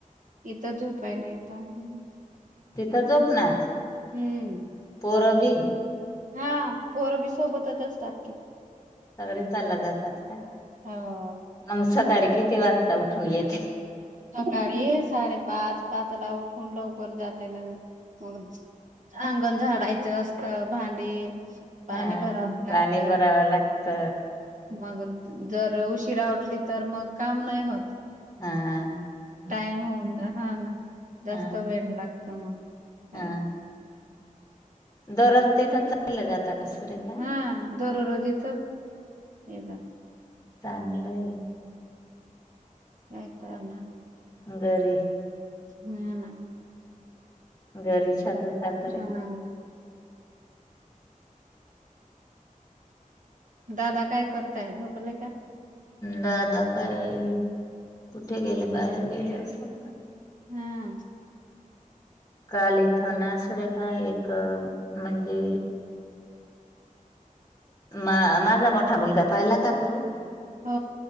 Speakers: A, on the right; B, on the left.
A: इथ झोपाय नाही काय म्हणून
B: तिथं झोपणार
A: हम्म
B: पोरबी
A: हा पोरबी सोबतच असतात कि
B: सगळे चालला जातात का
A: हो
B: मग सकाळी किती वाजता येते
A: सकाळी साडेपाच पाच ला उठून लवकर जाते ना मग अंगण झाडायचं असतं भांडी पाणी
B: हा
A: भरावं लागत
B: पाणी भरावं लागत
A: मग जर उशीिरा उटली तर मग काम नाही होत
B: हा.
A: टाईम होऊन जा हा ना जास्त
B: हा
A: वेळ लागत मग काय
B: हा दररोज तिथं चालल्या जात का सुरेख
A: हा दररोज इथच ये
B: चांगलंय
A: काय काम आहे
B: गरी
A: हम्म
B: घरी छातू साात रे
A: हा दादा काय करताय झोपले का
B: दादा काय कुठे गेलं बाहेर गेले असेल काय
A: हम्म
B: कालिथना सुरेखा एक म्हणजे मा माझा मोठा मुलगा पाहिला का तू
A: हो